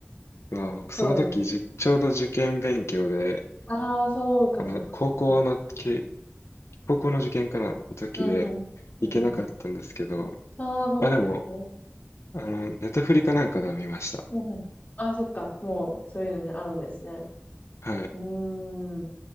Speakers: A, on the left; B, on the left.
A: は、僕その時じちょうど受験勉強で、
B: う、そうです。ああ、そうか、
A: あの、
B: そうか。
A: 高校のけ、高校の受験かな、の時で行けなかったんですけど、
B: うん、うん、うん、うん。ああ、そうなんですね。
A: あ、でも、あの、ネタフリかなんかでは見ました。
B: うん、うん。ああ、そっか、もうそういうのね、あるんですね。
A: はい。
B: うーん。